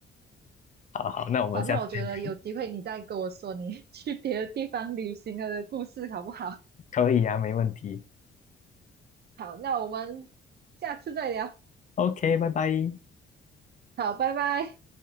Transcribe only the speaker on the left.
好好，
那我们下次再聊。
可以呀，没问题。
OK，拜拜。